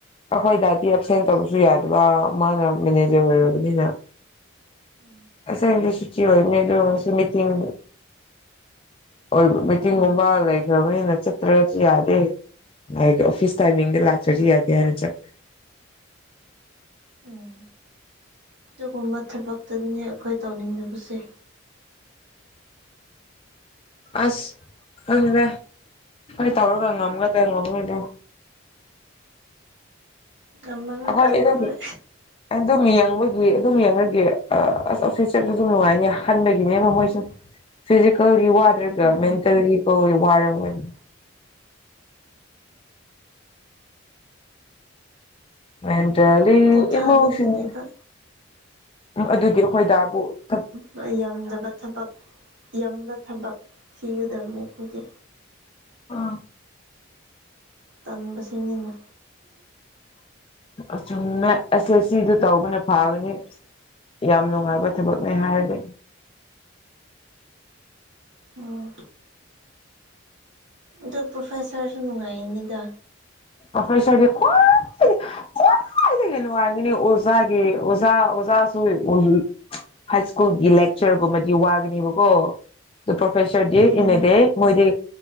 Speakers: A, on the left; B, on the right.
A: ꯑꯩꯈꯣꯏ ꯗꯥꯗꯤ ꯑꯦꯞꯁꯦꯟ ꯇꯧꯕꯁꯨ ꯌꯥꯗꯕꯥ ꯃꯥꯅ ꯃꯦꯅꯦꯖꯔ ꯑꯣꯏꯔꯕꯅꯤꯅ
B: ꯎꯝ
A: ꯉꯁꯥꯏꯗꯤ ꯁꯨꯇꯤ ꯑꯣꯏꯕꯅꯦꯗꯣ ꯉꯁꯤ ꯃꯤꯇꯤꯡ ꯑꯣꯏ ꯃꯤꯇꯤꯡꯒꯨꯝꯕ
B: ꯎꯝ
A: ꯂꯩꯈ꯭ꯔꯕꯅꯤꯅ ꯆꯠꯇ꯭ꯔꯖꯨ ꯌꯥꯗꯦ ꯍꯥꯏꯗꯤ ꯑꯣꯐꯤꯁ ꯇꯥꯏꯃꯤꯡꯗ ꯂꯥꯛꯇ꯭ꯔꯗꯤ ꯌꯥꯗꯦ ꯍꯥꯏꯅ ꯆꯠ
B: ꯎꯝ ꯑꯗꯨꯒꯨꯝꯕ ꯊꯕꯛꯇꯨꯅꯤꯅꯦ ꯑꯩꯈꯣꯏ ꯇꯧꯅꯤꯡꯗꯕꯁꯦ
A: ꯑꯁ ꯈꯪꯗꯦ ꯑꯈꯣꯏ ꯇꯧꯔꯒ ꯉꯝꯒꯗ꯭ꯔ ꯉꯝꯔꯣꯏꯗ꯭ꯔ
B: ꯇꯝꯃꯔꯣꯏ
A: ꯑꯩꯈꯣꯏ
B: ꯇꯧꯔꯔꯣꯏ
A: ꯑꯗꯨꯝ ꯑꯗꯨꯝ ꯌꯦꯡꯕꯒꯤ ꯑꯗꯨꯝ ꯌꯦꯡꯔꯒꯦ ꯑꯥ ꯑꯁ ꯑꯣꯐꯤꯁ ꯆꯠꯄꯗꯨ ꯅꯨꯡꯉꯥꯏꯅꯦ ꯈꯟꯕꯒꯤꯅꯦꯕ ꯃꯣꯏꯁꯨ ꯐꯤꯖꯤꯀꯦꯜꯒꯤ ꯋꯥꯗ꯭ꯔꯒ
B: ꯎꯝ
A: ꯃꯦꯟꯇꯦꯜꯂꯤ ꯀꯣꯒꯤ ꯋꯥꯔꯝꯒꯅꯤ ꯃꯦꯟꯇꯦꯜꯂꯤ
B: ꯄꯣꯊꯥꯅꯤꯡꯉꯅꯦꯕ
A: ꯏꯃꯣꯁꯟ ꯑꯗꯨꯒꯤ ꯑꯩꯈꯣꯏ ꯗꯥꯕꯨ ꯀꯛ
B: ꯅꯣꯏ ꯌꯥꯝꯗꯕ ꯊꯕꯛ ꯌꯝꯕ ꯊꯕꯛ ꯊꯤꯒꯗꯝꯅꯦ ꯑꯩꯈꯣꯏꯗꯤ
A: ꯑꯥ
B: ꯇꯟꯕꯁꯤꯅꯤꯅꯦ
A: ꯑꯁ ꯆꯨꯝꯃꯦ ꯑꯦꯁ ꯑꯦꯁ ꯁꯤꯗꯨ ꯇꯧꯕꯅ ꯐꯥꯒꯅꯤ ꯌꯥꯝ ꯅꯨꯡꯉꯥꯏꯕ ꯊꯕꯛꯅꯦ ꯍꯥꯏꯔꯗꯤ
B: ꯎꯝ ꯑꯗꯣ ꯄ꯭ꯔꯣꯐꯦꯁꯥꯔꯁꯨ ꯅꯨꯡꯉꯥꯏꯅꯤꯗ
A: ꯄ꯭ꯔꯣꯐꯦꯁꯥꯔꯗꯤ ꯈ꯭ꯋꯥꯏꯗꯒꯤ ꯈ꯭ꯋꯥꯏꯗꯒꯤ ꯅꯨꯡꯉꯥꯏꯕꯤꯅꯦ ꯑꯣꯖꯥꯒꯤ ꯑꯣꯖꯥ ꯑꯣꯖꯥꯁꯨ <unintelligible> ꯍꯥꯏ ꯁ꯭ꯀꯨꯜꯒꯤ ꯂꯦꯛꯆꯥꯔꯒꯨꯝꯕꯗꯤ ꯋꯥꯒꯅꯤꯕꯀꯣ ꯇꯣ ꯄ꯭ꯔꯣꯐꯦꯁꯥꯔꯗꯤ
B: ꯎꯝ
A: ꯏꯟꯑꯦꯗꯦ ꯃꯣꯏꯗꯤ